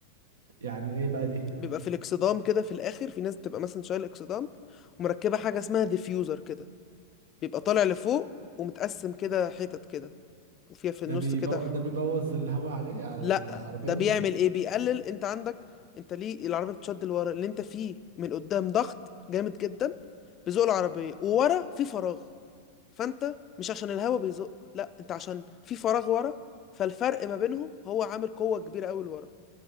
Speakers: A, on the right (about 75°); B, on the left (about 35°).
A: يعني ايه بقى دي
B: بيبقى في الاكسدام كده في الآخر في ناس بتبقى مثلا شايلة اكسدام ومركبة حاجة اسمها ديفيوزر كده بيبقى طالع لفوق ومتقسم كده حتت كده وفيها في
A: ده
B: النص
A: بيبو...
B: كده ح-
A: ده بيبوظ الهواء عليه على
B: لا
A: العربية
B: ده بيعمل ايه بيقلل انت عندك انت ليه العربيه بتشد لورا اللي انت فيه من قدام ضغط جامد جدا بيزق العربيه وورا في فراغ فانت مش عشان الهوا بيزق لا انت عشان في فراغ ورا فالفرق ما بينهم هو عامل قوه كبيره قوي لورا